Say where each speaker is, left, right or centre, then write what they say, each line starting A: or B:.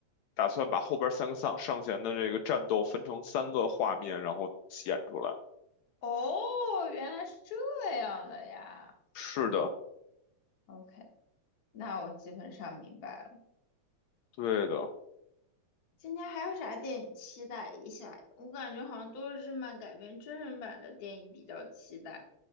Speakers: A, on the left; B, on the left.
A: 打算把后边三个上上弦的这个战斗分成三个画面，然后演出来。
B: 哦，原来是这样的呀。
A: 是的，
B: OK，那我基本上明白了。
A: 对的。
B: 今天还有啥电影期待一下呀我感觉好像都是日漫改编真人版的电影比较期待。